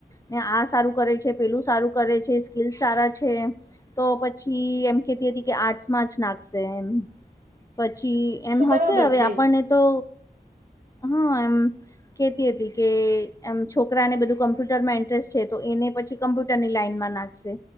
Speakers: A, on the left; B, on the right.
A: ને આ સારું કરે છે પેલું સારું કરે છે સ્કીલ સારા છે. તો પછી એમ કેતી હતી. કે આર્ટસમાં જ નાખશે એમ પછી એમ
B: તો
A: હશે
B: બરાબર
A: હવે
B: છે
A: આપણને. તો હા એમ કેતી હતી. કે આમ છોકરાને બધું કમ્પ્યુટર માં ઇન્ટરેસ્ટ છે તો એને પછી કમ્પ્યુટરની લાઈનમાં નાખશે.